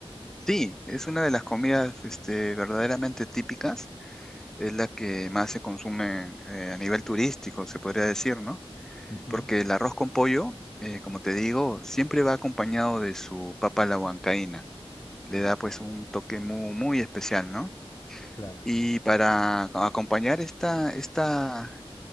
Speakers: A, in the centre; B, on the left.
A: Sí, es una de las comidas este, verdaderamente típicas, es la que más se consume eh, a nivel turístico, se podría decir, ¿no?
B: Ujú,
A: Porque el arroz con pollo, eh, como te digo, siempre va acompañado de su papa a la huancaína, le
B: Claro,
A: da pues un toque muy, muy especial, ¿no?
B: claro.
A: Y para a- acompañar esta, esta,